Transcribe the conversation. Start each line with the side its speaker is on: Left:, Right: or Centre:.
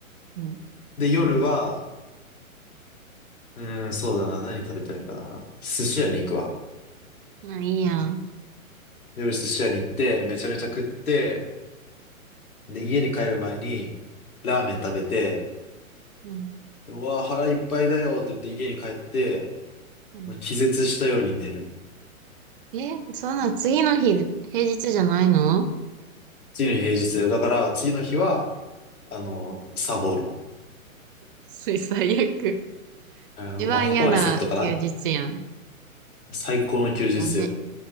Right: うん。
Left: で、夜は、うーん、そうだな、何食べたいかな。寿司屋に行くわ。
Right: まあ、いいやん。
Left: 夜寿司屋に行って、めちゃめちゃ食って、で、家に帰る前に、ラーメン食べて、
Right: うん。
Left: うわあ、腹いっぱいだよって言って家に帰って、
Right: うん。
Left: もう気絶したように寝る。
Right: え、そんな、次の日、平日じゃないの
Left: 次の日平日だよ。だから、次の日は、あの、サボる。
Right: す最悪。
Left: あのまあ、
Right: 一番嫌な休日やん。
Left: ここまでセットかな。最高の休日よ。
Right: ダメ。